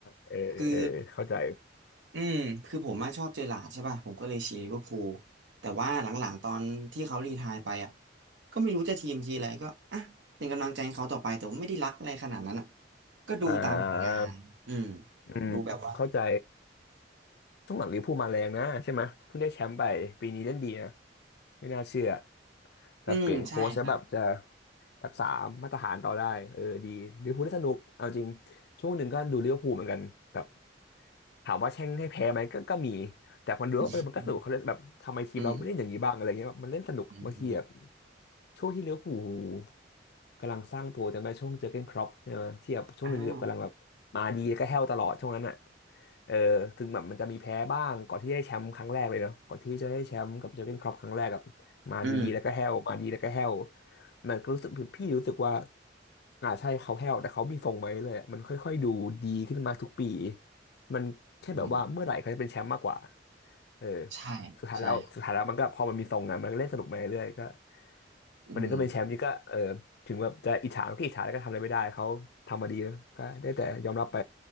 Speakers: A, on the left; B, on the right.
A: เออเออเข้าใจ
B: คืออืมคือผมมาชอบเจอหลาร์ดใช่ป่ะผมก็เลยเชียร์ลิเวอร์พูลแต่ว่าหลังๆตอนที่เขารีไทร์ไปอ่ะก็ไม่รู้จะทีมทีอะไรก็อ่ะเป็นกำลังใจให้เขาต่อไปแต่ว่าไม่ได้รักอะไรขนาดนั้นอะ
A: อ่า
B: ทำผลงานอืม
A: อืมเข้าใจ
B: ดูแบบว่า
A: ช่วงหลังลิเวอร์พูลมาแรงนะใช่ไหมเพิ่งได้แชมป์ไปปีนี้เล่นดีนะไม่น่าเชื่อแบเปลี่ยนโค้ชแล้วแบบจะ
B: อืมใช่ครับ
A: รักษามาตรฐานต่อได้เออดีลิเวอร์พูลได้สนุกเอาจริงช่วงหนึ่งก็ดูลิเวอร์พูลเหมือนกันแบบถามว่าแช่งให้แพ้ไหมก็ก็มีแต่พอดูแล้วเออมันก็สนุกเขาเล่นแบบทำไมทีมเราไม่เล่นอย่างนี้บ้างอะไรเงี้ยแบบมันเล่นสนุกบางทีอะ
B: อือืมอืมอืม
A: ช่วงที่ลิเวอร์พูลกำลังสร้างตัวจำได้ช่วงเจอร์เก้นคล็อปใช่ไหมที่แบบช่วงหนึ่งแบบกำลังแบบมาดีก็แห้วตลอดช่วงนั้นอ่ะ
B: อ้าว
A: เออถึงแบบมันจะมีแพ้บ้างก่อนที่ได้แชมป์ครั้งแรกเลยเนาะก่อนที่จะได้แชมป์กับเจอร์เก้นคล็อปครั้งแรกกับมาดีแล้วก็แห้วมาดีแล้วก็แห้ว
B: อืม
A: มันก็รู้สึกพี่รู้สึกว่าอ่าใช่เขาแห้วแต่เขามีทรงไหมาเลยๆมันค่อยๆดูดีขึ้นมาทุกปีมันแค่แบบว่าเมื่อไหร่เขาจะเป็นแชมป์มากกว่า
B: อืม
A: เออ
B: ใช่ใช่
A: สุดท้ายแล้วสุดท้ายแล้วมันก็พอมันมีทรงอ่ะมันก็เล่นสนุกมาเรื่อยๆก็
B: อืม
A: วันหนึ่งก็เป็นแชมป์นี่ก็เออถึงแบบจะอิจฉาก็อิจฉาแล้วก็ทำอะไรไม่ได้เขาทำมาดีนะก็ได้แต่ยอมรับไป